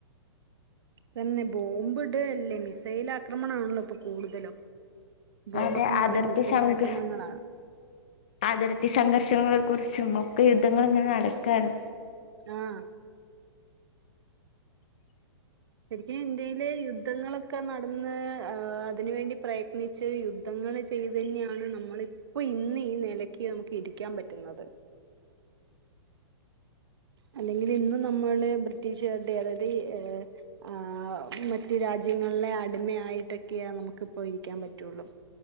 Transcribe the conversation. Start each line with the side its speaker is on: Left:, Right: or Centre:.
Right: അതെന്നെ ബോംബ്ടല്ലേ മിസൈൽ ആക്രമണ ആണല്ലോ ഇപ്പൊ കൂടുതലും ബോംബൊക്കെ
Left: അതെ
Right: മാറി
Left: അതിർത്തി
Right: മിസൈൽ
Left: സംഘ
Right: ആക്രമണങ്ങളാ
Left: അതിർത്തി സംഘർഷങ്ങളെ കുറിച്ചും ഒക്കെ യുദ്ധങ്ങള്ങ്ങനെ നടക്കാണ്
Right: ആഹ് ശരിക്കും ഇന്ത്യയിലെ യുദ്ധങ്ങളൊക്കെ നടന്ന് അതിനുവേണ്ടി പ്രയത്നി ച്ച് യുദ്ധങ്ങൾ ചെയ്തെന്നെയാണ് നമ്മള് ഇപ്പോ ഇന്ന് ഈ നെലയ്ക്ക് നമുക്ക് ഇരിക്കാൻ പറ്റുന്നത്. അല്ലെങ്കിലിന്ന് നമ്മള് ബ്രിട്ടീഷുകാരുടെ അതായത് ആ, ആ മറ്റു രാജ്യങ്ങള്ടെ അടിമയായിട്ടൊക്കെ നമുക്ക്പ്പോ ഇരിക്കാൻ പറ്റുള്ളു.